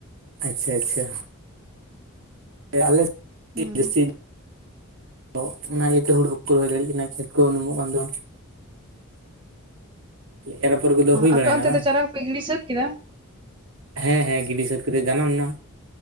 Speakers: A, on the right; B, on the right.
A: ᱟᱪᱪᱷᱟ ᱟᱪᱪᱷᱟ ᱟᱞᱮ
B: ᱦᱩᱸ
A: <unintelligible> ᱛᱚ ᱚᱱᱟ ᱤᱭᱟᱹᱛᱮ ᱦᱩᱬᱩ ᱦᱚᱸᱠᱚ ᱨᱚᱦᱚᱭ ᱫᱟᱲᱮᱭᱟᱜ ᱠᱟᱱᱟ ᱪᱮᱫ ᱠᱚ ᱩᱱᱩᱢᱚᱜ ᱠᱟᱱ ᱫᱚ ᱮᱨ ᱚᱯᱷᱚᱨ ᱠᱚᱫᱚ ᱦᱩᱭ ᱵᱟᱲᱟᱭᱮᱱᱟ
B: ᱟᱯᱮ ᱚᱱᱛᱮ
A: ᱵᱟᱝ?
B: ᱫᱚ ᱪᱟᱨᱟ ᱠᱚᱯᱮ ᱜᱤᱲᱤ ᱥᱟᱹᱛ ᱠᱮᱫᱟ
A: ᱦᱮᱸ ᱦᱮᱸ ᱜᱤᱰᱤ ᱥᱟᱹᱛ ᱠᱟᱛᱮᱜ ᱡᱟᱱᱟᱢ ᱮᱱᱟ